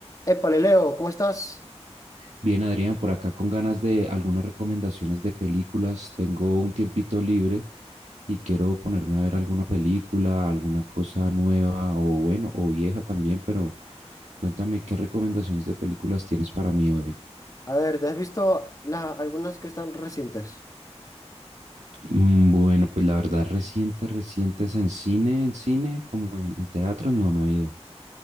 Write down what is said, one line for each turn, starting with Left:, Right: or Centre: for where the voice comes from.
Left: Épale, Leo, ¿cómo estás?
Right: Bien, Adrián, por acá con ganas de algunas recomendaciones de películas. Tengo un tiempito libre y quiero ponerme a ver alguna película, alguna cosa nueva o bueno, o vieja también, pero cuéntame qué recomendaciones de películas tienes para mí hoy.
Left: A ver, ¿te has visto la- algunas que están recientes?
Right: Mm, Bueno, pues la verdad, reciente, recientes en cine, en cine, como en, en teatro, no, no he ido.